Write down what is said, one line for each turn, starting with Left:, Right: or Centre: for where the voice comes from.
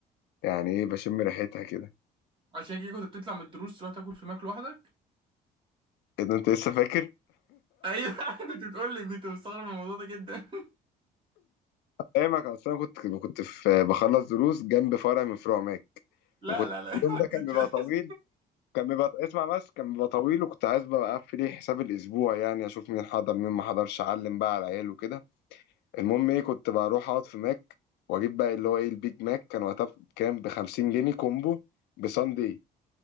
Left: يعني إيه بشم ريحتها كده
Right: عشان كده كنت بتطلع من الدروس تروح تاكل في ماك لوحدك
Left: إيه ده أنت لسه فاكر؟
Right: ايوه <laughs> كنت بتقول لي كنت مستغرب من الموضوع ده جدا
Left: أيامك أصل أنا كنت كنت في بخلص دروس جنب فرع من فروع ماك
Right: <laughs> لا
Left: وكنت
Right: لا لا
Left: اليوم
Right: <laughs> ما
Left: ده
Right: تزيدش
Left: كان بيبقى
Right: بس.
Left: طويل كان بيبقى اسمع بس كان بيبقى طويل وكنت عايز بقى أقفل إيه حساب الأسبوع يعني أشوف مين حضر مين ما حضرش أعلم بقى على العيال وكده المهم ايه كنت بروح اقعد في ماك واجيب بقى اللي هو ايه البيج ماك كان وقتها بكام ب 50 جنيه كومبو بساندي